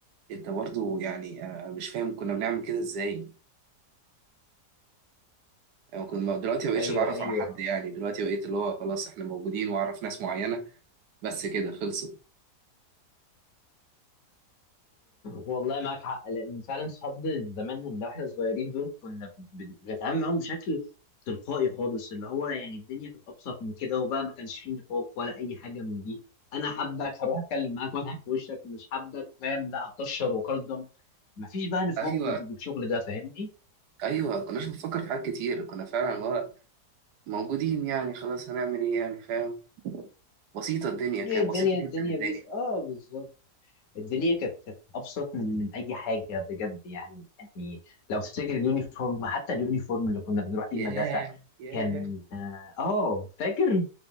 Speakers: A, on the right; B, on the left.
A: انت برضو يعني آه مش فاهم كنا بنعمل كده ازاي يعني كنت ما- دلوقتي ما بقتش
B: ايوه
A: اتعرف
B: ايوه
A: على حد يعني دلوقتي بقيت اللي هو خلاص احنا موجودين واعرف ناس معينه بس كده خلصوا
B: والله معاك حق لان فعلا صحاب زمان اللي احنا صغيرين دول كنا بن- بنتعامل معاهم بشكل تلقائي خالص اللي هو يعني الدنيا كانت ابسط من كده وبقى ما كانش فيه نفاق ولا اي حاجه من دي انا حابك هروح اتكلم معاك واضحك في وشك مش حابك فاهم لا هكشر واقدم مفيش بقى نفاق
A: ايوه
B: وال- والشغل ده فاهمني
A: ايوه كناش بنفكر في حاجات كتير كنا فعلا اللي هو موجودين يعني خلاص هنعمل ايه يعني فاهم بسيطه الدنيا كانت
B: هي الدنيا
A: بسيطه جدا
B: الدنيا
A: الدنيا
B: بيس اه بالظبط الدنيا كانت كانت ابسط من من اي حاجه بجد يعني يعني لو تفتكر اليونيفورم حتى اليونيفورم اللي كنا بنروح بيه
A: ياه
B: المدرسه
A: ياه
B: كان اه آه، فاكر